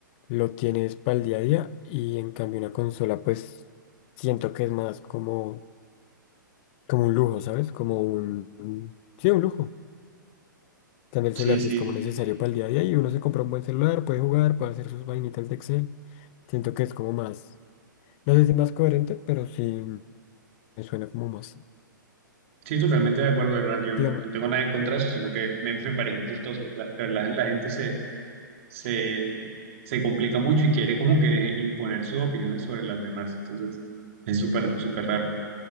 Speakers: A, on the left; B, on the right.
A: lo tienes para el día a día y en cambio una consola pues siento que es más como, como un lujo, ¿sabes? Como un... un- Sí, un lujo. También
B: Sí,
A: el celular
B: sí.
A: si es como necesario para el día a día y uno se compra un buen celular, puede jugar, puede hacer sus vainitas de Excel. Siento que es como más... No sé si más coherente, pero sí me suena como más.
B: Sí, totalmente de acuerdo, de verdad, yo no,
A: Digamos,
B: no tengo nada en contra de eso, sino que me, me parece chistoso. La, de verdad, la gente se, se, se complica mucho y quiere como que imponer sus opiniones sobre las demás. Entonces, es súper, súper raro.